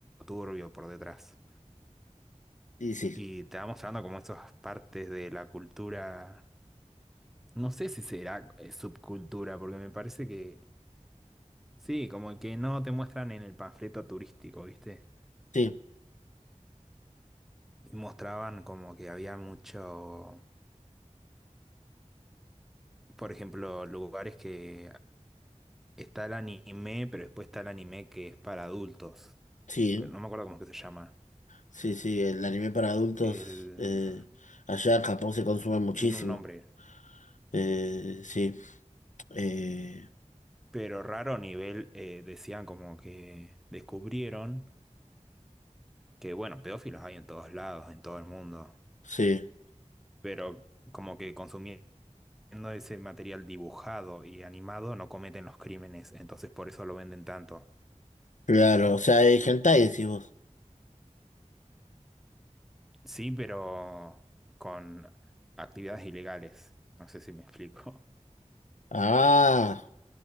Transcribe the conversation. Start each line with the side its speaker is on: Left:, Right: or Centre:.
Centre: turbio por detrás.
Left: Y sí,
Centre: Y te va mostrando como esas partes de la cultura, no sé si será eh, subcultura, porque me parece que Sí, como que no te muestran en el panfleto turístico, ¿viste?
Left: sí,
Centre: Y mostraban como que había mucho, por ejemplo, lugares que está el anime, pero después está el anime que es para adultos.
Left: sí,
Centre: No me acuerdo cómo es que se llama.
Left: sí, sí, el anime para adultos
Centre: El...
Left: eh, allá en Japón se consume muchísimo.
Centre: Tiene un nombre,
Left: Eh, sí, eh,
Centre: pero raro a nivel, eh, decían como que descubrieron que, bueno, pedófilos hay en todos lados, en todo el mundo,
Left: sí,
Centre: pero como que consumían Siendo ese material dibujado y animado, no cometen los crímenes, entonces por eso lo venden tanto.
Left: claro, o sea, hay hentai, decís vos.
Centre: Sí, pero con actividades ilegales. No sé si me explico.
Left: Ah,